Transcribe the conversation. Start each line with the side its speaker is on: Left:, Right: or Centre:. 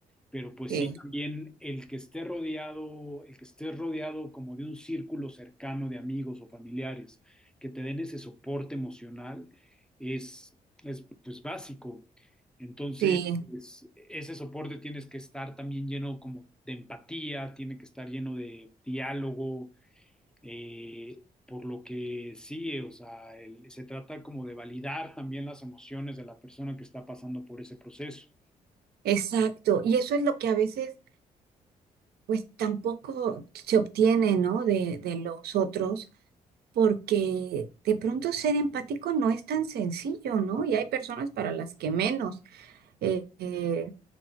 Centre: Pero pues
Right: sí,
Centre: sí, también el que esté rodeado, el que estés rodeado como de un círculo cercano de amigos o familiares que te den ese soporte emocional es, es pues básico. Entonces,
Right: sí,
Centre: es- ese soporte tienes que estar también lleno como de empatía, tiene que estar lleno de diálogo, eh, por lo que sí, o sea, el- se trata como de validar también las emociones de la persona que está pasando por ese proceso.
Right: exacto. Y eso es lo que a veces, pues tampoco se obtiene, ¿no? De, de los otros, porque de pronto ser empático no es tan sencillo, ¿no? Y hay personas para las que menos. Eh, eh,